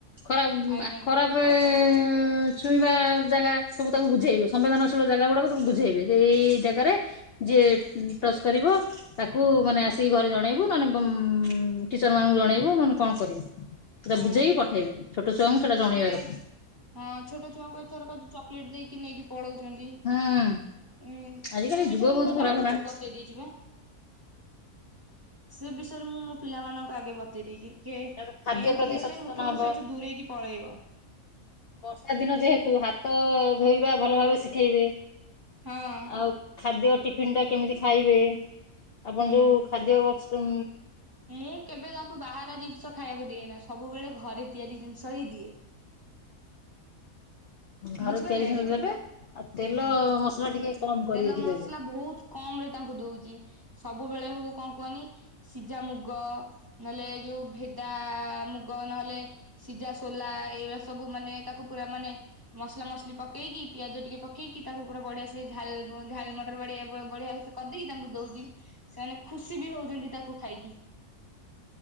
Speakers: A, on the left (about 65°); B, on the right (about 20°).
A: ଖରାପ,
B: ଆଜ୍ଞା
A: ଖରାପେ ଉଁ ଛୁଇଁବା ଜାଗା ସବୁ ତାକୁ ବୁଝେଇବେ। ସମ୍ବେଦନଶୀଳ ଜାଗା ଗୁଡାକ ତାକୁ ବୁଝେଇବେ। ଯେ ଏଇ ଏଇ ଜାଗାରେ ଯିଏ ଟ ଟଚ୍ କରିବ ତାକୁ ମାନେ ଆସିକି ଘରେ ଜଣେଇବୁ, ନହେଲେ ବମ୍ ଟିଚର ମାନଙ୍କୁ ଜଣେଇବୁ ନହେଲେ କଣ କରିବୁ? ସେଟା
B: ହଁ
A: ବୁଝେଇକି ପଠେଇବେ, ଛୋଟ ଛୁଆଙ୍କୁ ସେଟା ଜଣେଇବା
B: ସେ
A: କଥା।
B: ହଁ ଛୋଟ ଛୁଆଙ୍କୁ ଏଥର କ ଯୋଉ ଚକୋଲେଟ ଦେଇକି ନେଇକି ପଳଉଚନ୍ତି। ଏ
A: ହୁଁ ଆଜିକାଲି
B: ସେଇ ବିଷୟରେ
A: ଯୁଗ ବହୁତ
B: ମୁଁ ତାକୁ
A: ଖରାପ
B: ଆଗରୁ
A: ହେଲାଣି
B: ବତେଇ ଦେଇଚି ବା। ସେ ବିଷୟରେ ମୁଁ ମୋ ପିଲା ମାନଙ୍କୁ ଆଗେ ବତେଇ ଦେଇଚି କିଏ
A: ତାପରେ ଖାଦ୍ୟ
B: ଏମିତି
A: ପ୍ରତି
B: ହେଲେ
A: ସଚେତନ
B: ମୁଟୁରୁ
A: ହବ।
B: ସେଠୁ ଦୂରେଇକି ପଳେଇବ।
A: ବର୍ଷା ଦିନ ଯେହେତୁ ହାତ ଧୋଇବା ଭଲ ଭାବେ ଶିଖେଇବେ।
B: ହଁ।
A: ଆଉ ଖାଦ୍ୟ ଟିଫନ୍ ଟା କେମିତି ଖାଇବେ? ଆପଣ
B: ହୁଁ
A: ଯୋଉ ଖାଦ୍ୟ ବକ୍ସ ଉଁ
B: ମୁଁ କେବେ ତାଙ୍କୁ ବାହାର ଜିନିଷ ଖାଇବାକୁ ଦିଏ ନା। ସବୁବେଳେ ଘରେ ତିଆରି ଜିନିଷ ହିଁ ଦିଏ।
A: ଘରେ
B: ବୁଝିପାରିଲେ
A: ତିଆରି ଜିନ
B: ଆଜ୍ଞା
A: ଦେବେ ଆଉ ତେଲ
B: ହୁଁ
A: ମସଲା ଟିକେ କମ କରିକି
B: ତେଲ ମସଲା
A: ଦେବେ।
B: ବହୁତ କମ ରେ ତାଙ୍କୁ ଦଉଚି। ସବୁବେଳେ ହଉ କଣ କୁହନି? ସିଝା ମୁଗ ନହେଲେ ଯୋଉ ଭେଦା ମୁଗ ନହେଲେ ସିଝା ସୋଲା ଏଇଗଳା ସବୁ ମାନେ ତାକୁ ପୁରା ମାନେ ମସଲା ମସଲି ପକ କେଇକି ପିଆଜ ଟିକେ ପକେଇକି ତାକୁ ପୁରା ବଢିଆ ସେ ଝାଲ ମ ଝାଲ ମଟର ବଢିଆ ବଢିଆସେ କରିଦେଇକି ତାଙ୍କୁ ଦଉଚି। ସେମାନେ ଖୁସି ବି ହଉଚନ୍ତି ତାକୁ ଖାଇକି।